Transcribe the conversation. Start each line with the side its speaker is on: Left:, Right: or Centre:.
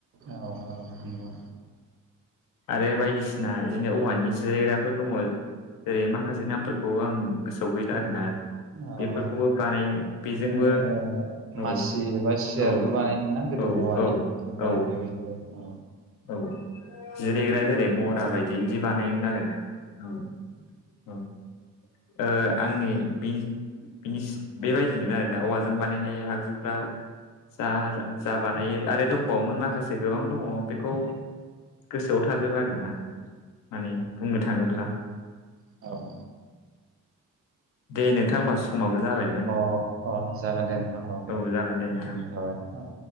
Right: औ औ नंगौ
Left: आरो बायदिसिना बिदिनो औवानि जिरायग्राफोर दङ। जेरै माखासे नामफोरखौ आं गोसोआव गैला आरोना
Right: औ औ
Left: बेफोरखौबो
Right: औ
Left: बानायो बेजोंबो
Right: जोङो ओ
Left: औ
Right: मासि एबा सियारबो
Left: औ
Right: बानायोमोना गोदो
Left: औ
Right: औवानि
Left: औ
Right: दा
Left: औ
Right: बे औ
Left: औ जिरायग्रा जेरै मरा बायदि बिदि बानायोमोन आरोना औ औ ओ-आंनि बिनि बिनिस बेबायदि नो आरोना औवाजों बानायनाय आगजुफ्रा जा जा बानायो आरो दंबावोमोन माखासे गोबां दङ बेखौ। गोसोआव थाजोबा आरोना माने बुंनो थाङोब्ला।
Right: औ
Left: दे नोंथां होमबा समाबो जाबाय
Right: अ अ जागोन दे नोंथां अ दे
Left: औ
Right: गोजोननाय
Left: जागोन दे नोंथां
Right: थाबाय औ।